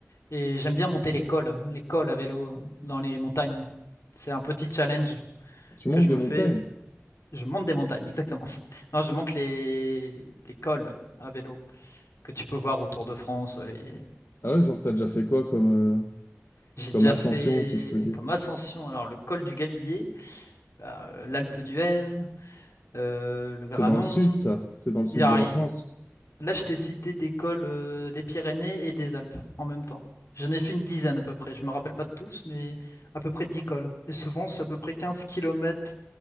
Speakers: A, on the left; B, on the left.
A: Et j'aime bien monter les cols, les cols à vélo euh, dans les montagnes. C'est un petit challenge
B: tu montes
A: que je
B: des
A: me
B: montagnes.
A: fais. Je monte des montagnes, exactement. <laughs> Non, je monte les, les cols à vélo que tu peux voir autour de France. Les...
B: Ah ouais, genre, t'as déjà fait quoi comme, euh,
A: J'ai
B: comme
A: déjà
B: ascension,
A: fait
B: si je peux dire?
A: comme ascension, alors le col du Galibier, euh, l'Alpe d'Huez, euh, le Granon.
B: C'est dans le sud, ça. C'est dans le sud
A: Il y a-
B: de la France.
A: Là, je t'ai cité des cols euh, des Pyrénées et des Alpes en même temps. J'en ai fait une dizaine à peu près. Je me rappelle pas de tous, mais à peu près 10 cols. Et souvent, c'est à peu près 15 kilomètres